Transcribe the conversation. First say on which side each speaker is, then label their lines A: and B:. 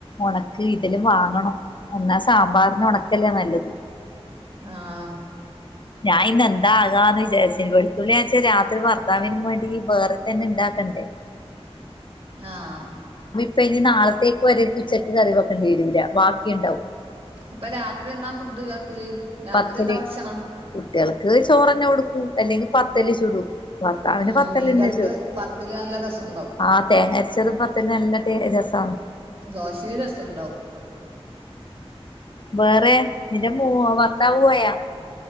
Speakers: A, on the left; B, on the right.
A: ഉണക്കലി ഇതില്ലാം വാങ്ങണം എന്നാ സാമ്പാറിന് ഉണക്കല്ലേ നല്ലത്
B: ആഹ്
A: ഞാൻ ഇന്നെ ന്താകാന്ന് വിചാരിച്ചിന് വെളുത്തുള്ളിാച്ചാ രാത്രി ഭർത്താവിനും വേണ്ടി വേറെ തന്നെ ഇണ്ടാകി തണ്ടെ
B: ആഹ്
A: ഇപ്പ ഇനി നാളത്തേക്ക് വരെ ഉച്ചക്ക് കറി വെക്കേണ്ടി വരൂല്ല ബാക്കിണ്ടാവും
B: അപ്പൊ രാത്രി എന്നാ ഫുഡ് ആക്കല് രാത്രി
A: പത്തല്.
B: എന്താ ഭക്ഷണം
A: കുട്ടിൾക്ക് ചോറന്നെ കൊടുക്കൂ അല്ലെങ്കി പത്തല് ചുടും ഭർത്താവിന്
B: ഉം
A: പത്തല്ലന്നെ
B: മീൻകറിക്ക്
A: ചുട
B: പത്തില് നല്ല രസണ്ടാവും
A: ആ തേങ്ങ അരച്ചതും പത്തലും നല്ല ടെ രസ അം
B: ദോശേം രസണ്ടാവും
A: വേറെ നിന്റെ മൂ ഭർത്താവൂപോയാ